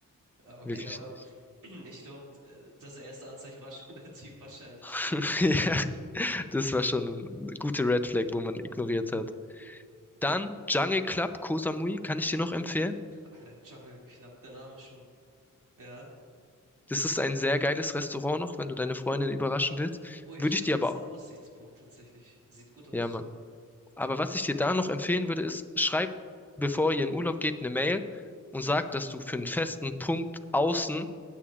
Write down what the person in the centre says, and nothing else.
Wirklich
nicht.
<laughs>
Ja, das war schon eine gute Red Flag, wo man ignoriert hat. Dann Jungle Club Koh Samui kann ich dir noch empfehlen.
Das ist ein sehr geiles Restaurant noch, wenn du deine Freundin überraschen willst.
Würde
ich dir
aber
auch.
Ja, Mann. Aber
was ich dir da noch empfehlen würde, ist, schreib, bevor ihr in Urlaub geht, eine Mail und sag, dass du für einen festen Punkt außen